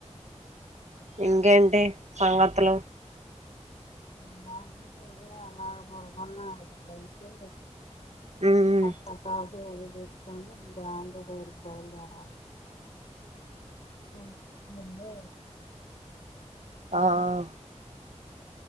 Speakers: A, on the right (about 70°); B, on the left (about 60°).
A: ఇంకేంటి సంగతులు
B: ఏ అలాగ పడుకున్నా అయితే
A: మ్మ్
B: స కాఫ అ ద్రాం దేఊరికి బయలుదేరాలి ఆ అన్న
A: ఆ ఆ